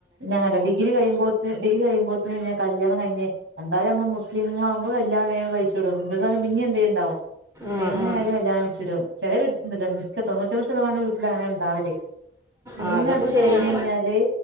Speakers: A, on the right (about 80°); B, on the right (about 20°).
A: ഞാനോ ഡിഗ്രി കഴിയുമ്പോത്ത്ന് ഡിഗി കഴിയ്മ്പോത്ത്ന് ഞ്ഞ് കല്യാണം കയ്ഞ്ഞ് എന്തായും നമ്മൾ മുസ്ലിങ്ങളാവുമ്പോ കല്യാണം വേഗം കയ്ച്ചിടും ഇന്ദുക്കളാണെ പിന്നിം എന്തേണ്ടാവും
B: ആഹ്
A: എങ്ങനെ
B: ആഹ്
A: ആയാലും കല്യാണം കയ്ച്ച്ടും ചെല വീ ണ്ടല്ലോ മിക്ക തൊണ്ണൂറ്റൊമ്പത് ശതമാനും തങ്ങനെ ണ്ടാവല് പിന്നെ
B: ആഹ് അതൊക്കെ
A: അത്
B: ശരിയാണ്
A: കയ്ഞ്ഞയ്ഞ്ഞാല്